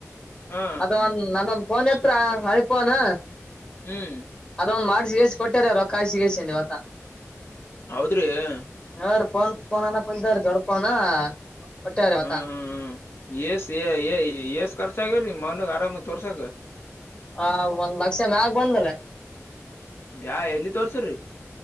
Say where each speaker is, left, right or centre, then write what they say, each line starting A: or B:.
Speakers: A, on the left (about 50°); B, on the left (about 20°).
A: ಹಾ
B: ಅದ ಅಂದೊಂದ್ ಫೋನ್ ಎತ್ರ ಅಣಿಪೋನ್
A: ಹ್ಮ್
B: ಅದೊ ಮಾಡಿಸಿ ಬೇಸ ಕೊಟ್ಟಾರ ರೊ ಕಾಯ ಸಿಗೆಸವತ
A: ಹೌದ್ರಿ ಹ್ಮ್
B: ಯ ಫೋನಾನ ಕೊ <unintelligible> ದೊಡ್ಡಪೋಣ ಹೊಟ್ಟಾರ
A: ಹ್ಮ್
B: ಮತ <unintelligible>
A: ಹ್ಮ್ ಏಷ್ಟ ಏಷ್ಟ್ ಖರ್ಚ ಆಗ್ಯವ್ರೀ ಮನಾಗ ಆರಾಮದ ತೋರ್ಸಾಕ್ <unintelligible>
B: ಹ ಒಂದ್ ಲಕ್ಷ ಮ್ಯಾಗ ಬಂದ್ರ
A: ಯಾ ಎಲ್ಲಿ ತೋರ್ಸರ್ರಿ